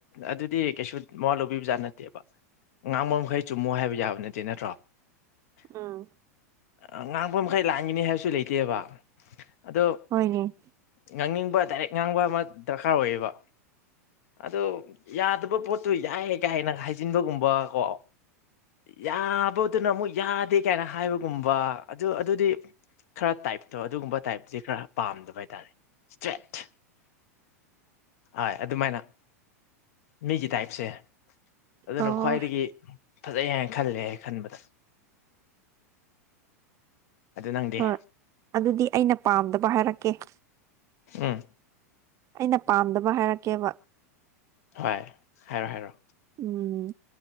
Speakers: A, on the left (about 65°); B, on the right (about 35°).
A: ꯑꯗꯨꯗꯤ ꯀꯩꯁꯨ ꯃꯉ ꯂꯧꯕꯤꯕꯖꯥꯠ ꯅꯠꯇꯦꯕ ꯉꯥꯡꯕ ꯃꯈꯩ ꯆꯨꯝꯃꯣ ꯍꯥꯏꯕ ꯌꯥꯕ ꯅꯠꯇꯦ ꯅꯠꯇ꯭ꯔꯣ
B: ꯑꯥ
A: ꯑ ꯉꯥꯡꯄ ꯃꯈꯩ ꯂꯥꯛꯟꯒꯤꯅꯤ ꯍꯥꯏꯕꯁꯨ ꯂꯩꯇꯦꯕ ꯑꯗꯣ
B: ꯍꯣꯏꯅꯦ
A: ꯉꯥꯡꯅꯤꯡꯕ ꯗꯥꯏꯔꯦꯛ ꯉꯥꯡꯕ ꯑꯃ ꯗꯔꯀꯥꯔ ꯑꯣꯏꯌꯦꯕ ꯑꯗꯣ ꯌꯥꯗꯕ ꯄꯣꯠꯇꯨ ꯌꯥꯏꯦ ꯀꯥ ꯍꯦꯟꯅ ꯍꯥꯏꯖꯤꯟꯕꯒꯨꯝꯕ ꯀꯣ ꯌꯥꯕꯗꯨꯅ ꯑꯃꯨꯛ ꯌꯥꯗꯦ ꯀꯥꯏꯅ ꯍꯥꯏꯕ ꯨꯝꯕ ꯑꯗꯨ ꯑꯗꯨꯗꯤ ꯈꯔ ꯇꯥꯏꯞꯇꯣ ꯑꯗꯨꯒꯨꯝꯕ ꯇꯥꯏꯞꯇ ꯈꯔ ꯄꯥꯝꯗꯕ ꯍꯥꯏ ꯍꯥꯏꯔꯦ ꯏꯁꯇ꯭ꯔꯦꯠ ꯑ ꯑꯗꯨꯃꯥꯏꯅ ꯃꯤꯒꯤ ꯇꯥꯏꯞꯁꯦ ꯑꯗꯨꯅ
B: ꯑꯣ
A: ꯈ꯭ꯋꯥꯏꯗꯒꯤ ꯐꯖꯩ ꯍꯥꯏꯅ ꯈꯜꯂꯦ ꯈꯟꯕꯗ ꯑꯗꯨ ꯅꯪꯗꯤꯦ
B: ꯍꯣꯏ ꯑꯗꯨꯗꯤ ꯑꯩꯅ ꯄꯥꯝꯗꯕ ꯍꯥꯏꯔꯛꯀꯦ
A: ꯎꯝ
B: ꯑꯩꯅ ꯄꯥꯝꯗꯕ ꯍꯥꯏꯔꯛꯀꯦꯕ
A: ꯍꯣꯏ ꯍꯥꯏꯔꯣ ꯍꯥꯏꯔꯣ
B: ꯎꯝ